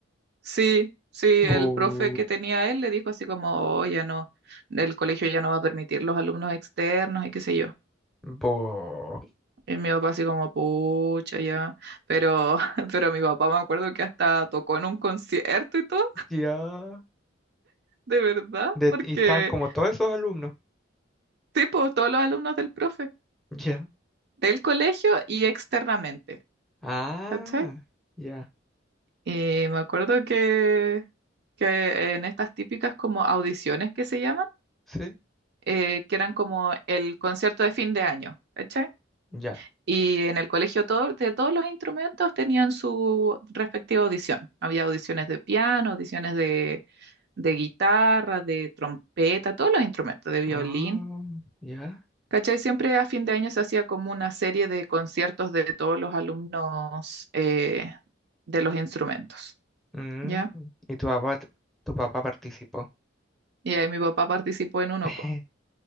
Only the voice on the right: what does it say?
Sí, sí,
el profe que tenía él le dijo así como, "Oh, ya no, el colegio ya no va a permitir los alumnos externos y qué sé yo."
Y mi papá así como, "Pucha, ya." Pero <laughs> pero mi papá me acuerdo que hasta tocó en un concierto y todo.
De verdad,
porque
Sí, pues todos los alumnos del profe,
del colegio y externamente,
¿cachai?
Y me acuerdo que, que en estas típicas como audiciones que se llaman,
eh, que eran como el concierto de fin de año, ¿cachai?
Y en el colegio todo, de todos los instrumentos tenían su respectiva audición. Había audiciones de piano, audiciones de, de guitarra, de trompeta, todos los instrumentos, de violín.
¿Cachai? Siempre a fin de año se hacía como una serie de conciertos de todos los alumnos eh, de los instrumentos,
¿ya?
Y ahí mi papá participó en uno,
po.